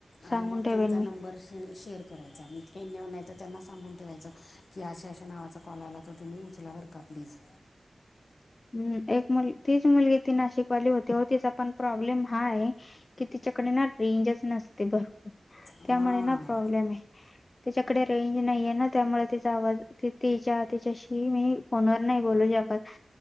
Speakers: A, on the left; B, on the left.
A: सांगून
B: आणि मग
A: ठेवेन
B: त्यांचा
A: मी
B: नंबर. शेअर करायचा मीही नाही तर त्यांना सांगून ठेवायचं की अशाश नावाचा कॉल आला तर तुम्ही उचलावर. नका प्लीज.
A: <inaudible> ह् एक मु तीच मुलगी ती नाशिकवाली होती तिचा पणं प्रॉब्लेम हा आहे की तिच्याकडे. रेंज नसते नग भ त्यामुळें
B: हां
A: प्रॉब्लेम येते आणि तीच्या कडे रेंज नाही. ना त्यामुळें त्यांचा आवाजच्या त्यांच्याशी मी फोनवर नाहीं बोलू शकत..